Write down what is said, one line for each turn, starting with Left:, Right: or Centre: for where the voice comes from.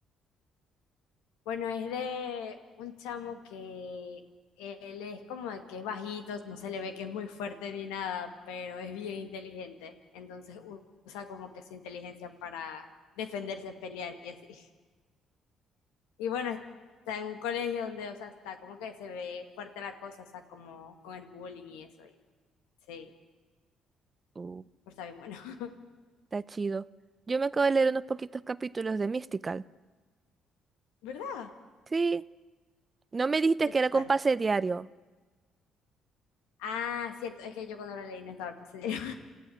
Left: Bueno, es de un chamo que él es como de que es bajito, no se le ve que es muy fuerte ni nada, pero es bien inteligente. Entonces u- usa como que su inteligencia para defenderse, pelear y así. <laughs> Y bueno, está en un colegio donde, o sea, está como que se ve fuerte la cosa, o sea, como con el bullying y eso. Y, sí.
Right: Uh,
Left: Pero está bien bueno. <laughs>
Right: está chido. Yo me acabo de leer unos poquitos capítulos de Mystical.
Left: ¿Verdad?
Right: Sí, no me dijiste
Left: ¿Qué
Right: que
Left: tal?
Right: era con pase diario,
Left: Ah, cierto, es que yo cuando la leí no estaba el pasadero.